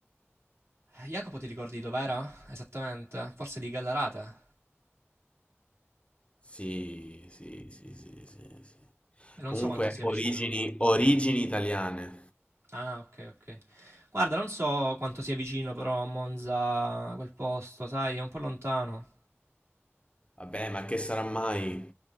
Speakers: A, on the right (about 70°); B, on the left (about 25°).
A: Jacopo, ti ricordi dov'era? Esattamente? Forse di Gallarate?
B: Sì, sì, sì, sì, sì, sì.
A: Non
B: Comunque,
A: so quanto sia
B: origini,
A: vicino.
B: origini italiane.
A: Ah, ok, ok. Guarda, non so quanto sia vicino però a Monza quel posto, sai, è un po' lontano.
B: Vabbè, ma che sarà mai?